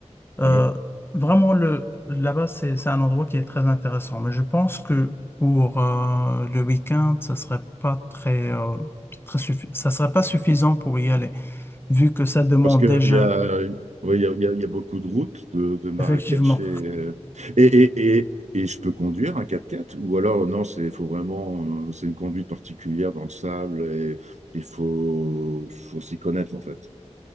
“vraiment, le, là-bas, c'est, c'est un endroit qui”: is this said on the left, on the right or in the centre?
Left